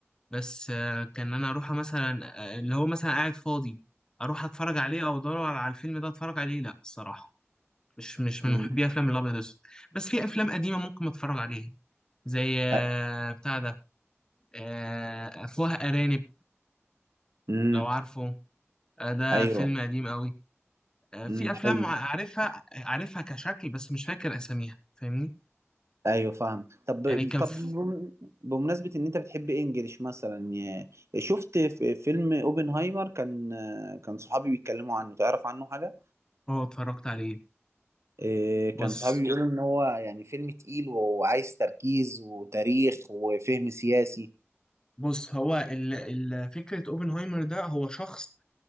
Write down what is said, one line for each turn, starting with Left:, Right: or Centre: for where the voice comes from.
Left: بس آه، كان انا اروح مثلا آه، اللي هو مثلا قاعد فاضي اروح اتفرج عليه او ادور على الفيلم ده اتفرج عليه لا الصراحه مش مش
Right: مم،
Left: من محبي افلام الابيض والاسود بس في افلام قديمه ممكن اتفرج عليها زي آه،
Right: أ-
Left: بتاع ده آه، افواه ارانب
Right: مم،
Left: لو عارفه آه، ده
Right: أيوه
Left: فيلم قديم قوي آه،
Right: مم،
Left: في افلام
Right: حلو
Left: ع- عارفها عارفها كشكل بس مش فاكر اساميها فاهمني
Right: ايوه فاهم طب
Left: يعني كان
Right: طب
Left: في-
Right: بم- بمناسبه ان انت بتحب انجليش مثلا يا- شفت في فيلم اوبنهايمر كان كان صحابي بيتكلموا عنه تعرف عنه حاجه
Left: هو اتفرجت عليه
Right: إيه،
Left: بص
Right: كان صحابي بيقولوا ان هو يعني فيلم تقيل وعايز تركيز وتاريخ وفهم سياسي
Left: بص هو ال- ال- فكرة اوبنهايمر ده هو شخص